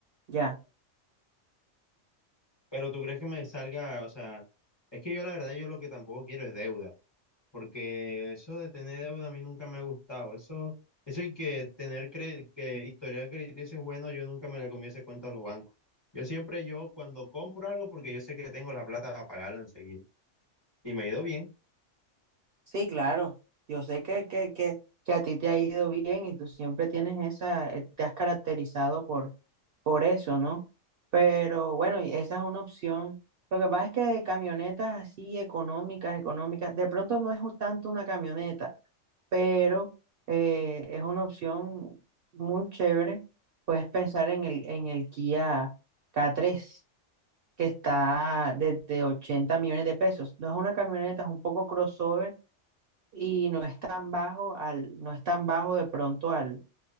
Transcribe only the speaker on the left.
Pero tú crees que me salga, o sea, es que yo la verdad, yo lo que tampoco quiero es deuda. Porque eso de tener deuda a mí nunca me ha gustado. Eso, eso y que tener cre- que historial crediticio es bueno, yo nunca me le comí ese cuento a los bancos. Yo siempre, yo cuando compro algo, porque yo sé que tengo la plata para pagarlo enseguida. Y me ha ido bien.